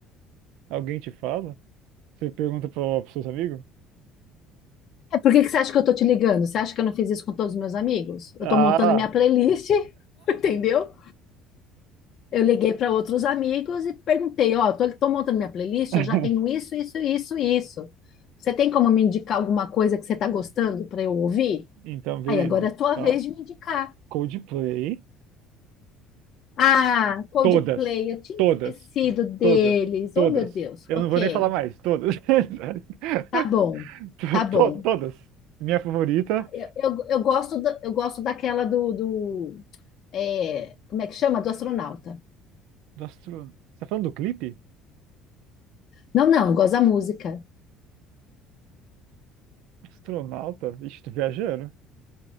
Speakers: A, on the right (about 75°); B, on the left (about 45°).
A: Alguém te fala? Você pergunta pro, pro seus amigos?
B: É, por que que você acha que eu tô te ligando? Você acha que eu não fiz isso com todos os meus amigos?
A: Ah!
B: Eu tô montando minha playlist, <laughs> entendeu? Eu liguei para outros amigos e perguntei, ó, tô, tô montando minha playlist,
A: <laughs>
B: eu já tenho isso, isso, isso, isso. Você tem como me indicar alguma coisa que você tá gostando para eu ouvir?
A: Então, beleza.
B: Aí agora é a tua
A: Ó,
B: vez de me indicar.
A: Coldplay.
B: Ah, Coldplay,
A: Todas.
B: eu tinha
A: Todas.
B: esquecido deles.
A: Todas. Todas.
B: Oh, meu Deus.
A: Eu
B: Ok,
A: não vou nem falar mais. Todas. <laughs>
B: tá bom, tá bom.
A: To- Todas. Minha favorita.
B: Eu, eu, eu gosto da, eu gosto daquela do, do é, como é que chama? Do astronauta.
A: Do astro... Você tá falando do clipe?
B: Não, não, eu gosto da música.
A: Astronauta? Ixi, tô viajando.